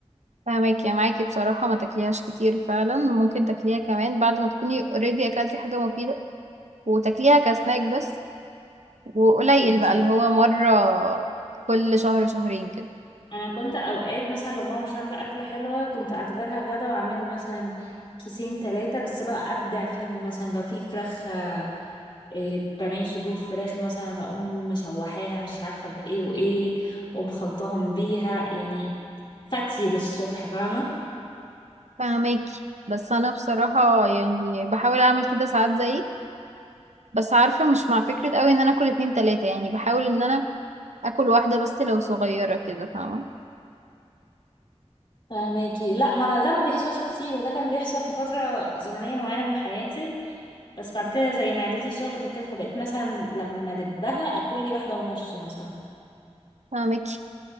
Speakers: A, on the right; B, on the left.
A: فهماكي يا معاكي بصراحة ما تاكليهاش كتير فعلا ممكن تاكليها كمان بعد ما تكوني اوريدي اكلتي حاجة مفيدة وتاكليها كسناك بس وقليل
B: بالظبط.
A: بقى اللي هو مرة كل شهر شهرين كده
B: أنا كنت أوقات مثلا لو ماما مش عاملة أكلة حلوة كنت أعتبرها غدا وأعمل مثلا كيسين تلاتة بس بقى أبدع فيهم مثلا لو في فراخ إيه بانيه صدور فراخ مثلا اقوم مشوحاها مش عارفه بايه وايه اقوم خلطاهم بيها يعني فتي للصبح فاهمه
A: فهماكي بس انا بصراحة يعني بحاول اعمل كده ساعات زيك بس عارفة مش مع فكرة قوي ان انا اكل اتنين تلاتة يعني بحاول ان انا اكل واحدة بس لو صغيرة كده فاهمة
B: فاهماكي لا ما انا ده ما بيحصلش كتير وده كان بيحصل في فتره زمنيه معينه من حياتي بس بعد كده زي معدتي صغرت كده فبقيت مثلا لما دبها اكل لي واحده ونص مثلا
A: فاهمك